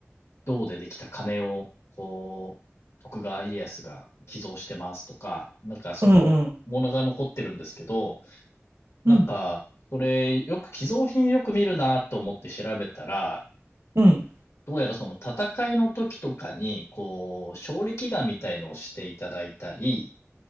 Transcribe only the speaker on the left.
銅でできた鐘を、こう、徳川家康が寄贈してますとか、なんかその、
ものが残ってるんですけど、なんか、
それ、よく寄贈品よく見るなと思って調べたら、
どうやらその戦いの時とかに、こう、勝利祈願みたいのをしていただいたり、